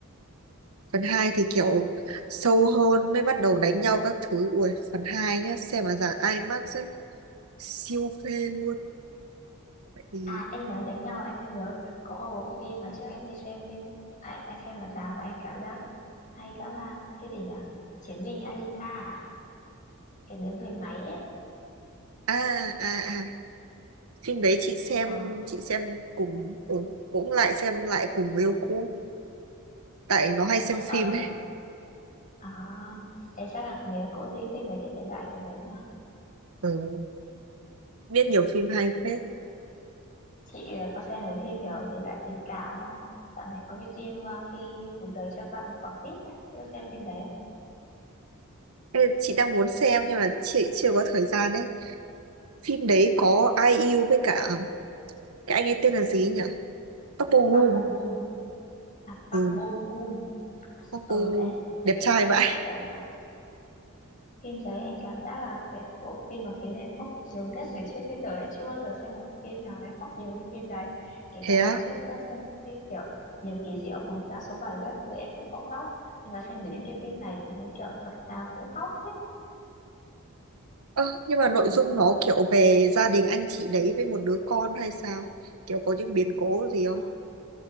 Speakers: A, on the right (about 85°); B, on the left (about 35°).
A: phần 2 thì kiểu sâu hơn mới bắt đầu đánh nhau các thứ ui phần 2 nhá xem mà dạng IMAX ấy siêu phê luôn thì
B: À em nói đánh nhau em mới nhớ có một bộ phim mà trước em đi xem phim à, em xem ở rạp và em cảm giác hay dã man cái gì nhỉ Chiến binh Alita à? cái đứa người máy ấy
A: à à à phim đấy chị xem
B: ờ
A: chị xem cùng ừ, cũng lại xem lại cùng yêu cũ tại nó hay xem
B: ờ
A: phim ấy
B: hình- à, em chắc là người yêu cũ thì thích mấy cái thể loại kiểu đấy nhỉ
A: ừ. biết nhiều phim hay phết
B: chị ờ, có xem mấy phim kiểu thể loại tình cảm không dạo này có cái phim ờ, khi cuộc đời cho bạn một quả quýt ấy chị có xem phim đấy không
A: Ê, chị đang muốn xem nhưng mà chị chưa có thời gian ấy phim đấy có Ai Yêu với cả cái anh ấy tên là gì
B: Ừ,
A: ấy nhỉ Park Bo Gum
B: Park Bo Gum à Park
A: ừ
B: Bo Gum
A: Park
B: ừ
A: Bo Gum
B: em
A: đẹp
B: cái phim
A: trai
B: đấy
A: vậy
B: đúng kiểu là phim đấy em cảm giác là cái bộ phim mà khiến em khóc nhiều nhất từ trước đến giờ em chưa bao giờ xem một bộ phim nào em khóc nhiều như phim đấy kể
A: thế
B: cả
A: á
B: ngày trước có xem cái phim kiểu Điều kỳ diệu phòng giam số 7 các thứ em cũng không khóc nhưng mà xem đến cái phim này thì đúng kiểu tập nào cũng khóc hết
A: ơ nhưng mà
B: Ờ,
A: nội dung nó kiểu về gia đình anh chị đấy với một đứa con hay sao kiểu có những biến cố
B: đúng
A: gì không
B: rồi